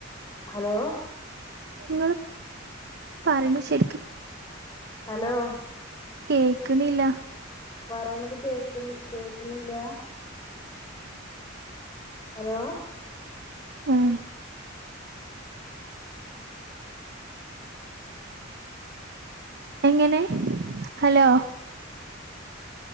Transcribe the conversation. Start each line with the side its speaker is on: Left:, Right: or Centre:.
Left: ഹലോ
Right: ങ്ങള് പറയണ ശരിക്കും
Left: ഹലോ
Right: കേക്ണില്ല
Left: പറയണത് കേക് കേക്കുന്നില്ല ഹലോ
Right: ഉം എങ്ങനെ ഹലോ